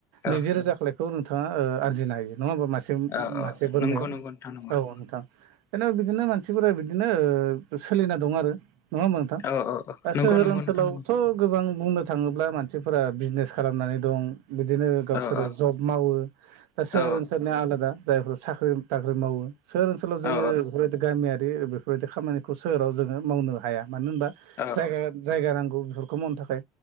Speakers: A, on the left; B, on the right.
A: औ
B: नैजि रोजा खौ नोंथाङा आरजिनो हायो नङा होमबा मासे
A: औ
B: मासे बोरमायाव
A: नंगौ
B: औ
A: नंगौ नोंथां नंगौ नंगौ
B: औ नोंथां। जेन'बा बिदिनो मानसिफोरा बिदिनो सोलिना दं आरो। नङा मोनथां
A: औ औ औ
B: दा
A: नंगौ
B: सोहोर
A: नंगौ
B: ओनसोलावथ'।
A: नोंथां नंगौ
B: गोबां बुंनो थाङोब्ला मानसिफोरा बिजनेस खालामनानै दं बिदिनो गावसोर।
A: औ औ
B: जब मावो दा सहोर
A: औ
B: ओनसोलनि आलादा जायफोर साख्रि बाख्रि मावो। सोहोर ओनसोलाव जोङो
A: औ
B: बेफोरबायदि गामियारि बेफोरबायदि खामानिखौ सोहोराव जोङो मावनो हाया मानो होनबा?
A: औ
B: जाया जायगा नांगौ बेफोरखौ मावनो थाखाय